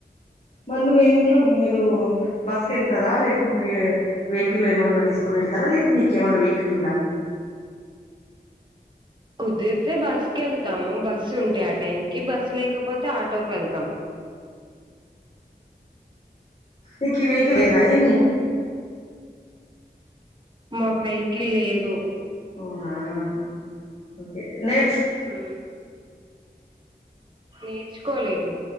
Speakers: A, on the left; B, on the right.
A: మరి నువ్వ ఏమిట్లో మీరు బస్ క వెళ్తారా లేకుంటే వెహికల్ ఏమన్నా తీసుకుని వెళ్తారా లేకుంట నీక ఏమన్నా వెహికల్ ఉందా.
B: కుదిరితే బస్సు క వెళ్తాము బస్సు ఉంటా ఆ టైం కి బస్ లేకపోతే ఆటోకి వెళ్తాం.
A: నకి వెహిక
B: ఉమ్
A: లేదా ఏమ
B: మాకు వెహికల్ లేదు
A: అవునాఓకే నే
B: ఆ నేర్చుకోలేదు